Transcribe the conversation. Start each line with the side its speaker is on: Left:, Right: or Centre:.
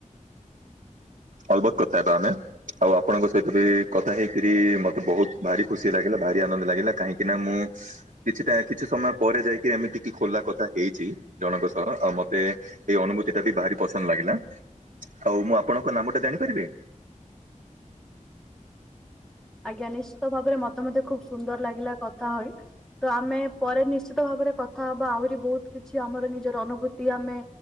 Right: ଅଲ୍ ବତ କଥା ହେବା ଆମେ। ଆଉ, ଆପଣଙ୍କ ସହିତ ବି କଥା ହେଇକରି ମତେ ବହୁତ ଭାରି ଖୁସି ଲାଗିଲା, ଭାରି ଆନନ୍ଦ ଲାଗିଲା। କାହିଁକିନା, ମୁଁ କିଛିଟା କିଛି ସମୟ ପରେ ଯାଇକି, ଏମିତି ଖୋଲା କଥା ହେଇଛି ଜଣଙ୍କ ସହ। ଆଉ, ମତେ ଏଇ ଅନୁଭୂତି ଟା ବି ଭାରି ବ ସନ୍ ଲାଗିଲା। ଆଉ, ମୁଁ ଆପଣଙ୍କ କ ନାମ ଟା ଜାଣିପାରିବେ?
Centre: ଆଜ୍ଞା, ନିଶ୍ଚିତ ଭାବରେ ମତେ ମଧ୍ୟ ଖୁବ ସୁନ୍ଦର ଲାଗିଲା କଥା ହୋଇ ତ, ଆମେ ପରେ ନିଶ୍ଚିତ ଭାବରେ କଥା ହବା, ଆହୁରି ବହୁତ କିଛି ଆମର ନିଜର ଅନୁଭୂତ ଟି ଆମେ